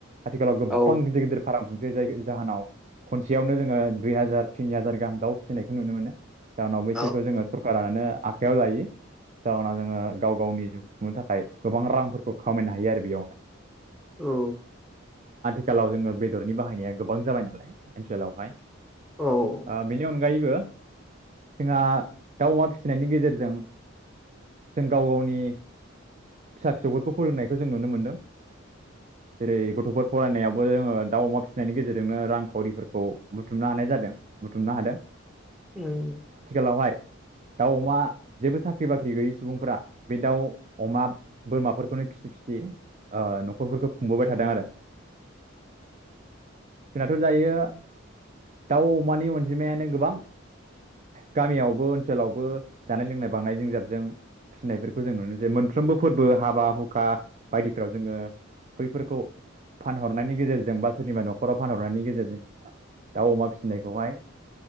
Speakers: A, on the right; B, in the centre.
A: आथिखालाव गोबां
B: औ
A: गदिर गदिर फाराम खु जाय जाहोनाव खनसेयावनो जोङो दुइ हाजार तिन हाजार गाहाम दाउ फिसिनायखौ नुनो मोनो जाहोनाव
B: औ
A: बिसोरखौ जोङो सरकारानो आखाइआव लायो जाहनाव जोङो गाव गावनि जिउखौ खुंनो थाखाय गोबां रांफोरखौ खामायनो हायो आरो बेयावनो
B: औ।
A: लाव जोङो बेदरनि बाहायनाया गोबां जाबाय नालाय ओनसोलावहाय
B: औ
A: ओ बेनि अनगायैबो जोंहा दाउ अमा फिसिनायनि गेजेरजों जों गाव गावनि फिसा फिसौफोरखौ फोरोंनायखौ जों नुनो मोनदों। <unintelligible> जेरै गथ'फोर फरायनायावबो जोङो दाउ अमा फिसिनायनि गेजेरजोंनो रांखावरिफोरखौ बुथुमनो हानाय जादों। बुथुमनो हादों।
B: उम।
A: लावहाय दाउ अमा जेबो साख्रि बाख्रि गैयि सुबुंफोरा बे दाउ अमा बोरमाफोरखौनो फिसि फिसि ओ न'खरफोरखौ खुंबोबाय थादों आरो जोंनाथ' जायो। दाउ अमानि अनजिमायानो गोबां गामियावबो ओनसोलावबो जानाय लोंनाय बांनाय जों जाबजों फिसिनायफोरखौ जों नुनो जे मोनफ्रोमबो फोरबो हाबा हुखा बायदिफ्राव जोङो। बैफोरखौ फानहरनायनि गेजेरजों बा सोरनिबा न'खराव फानहरनायनि गेजेरजों आ दाव अमा फिसिनायखौहाय